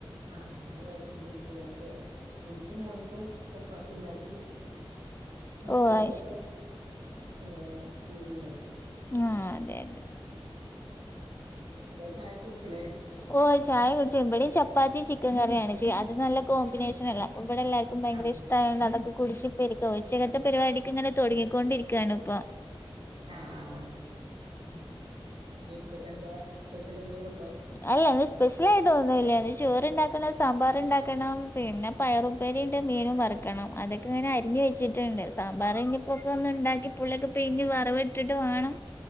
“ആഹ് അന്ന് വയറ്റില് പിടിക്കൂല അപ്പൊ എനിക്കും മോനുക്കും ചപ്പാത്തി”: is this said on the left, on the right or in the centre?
Right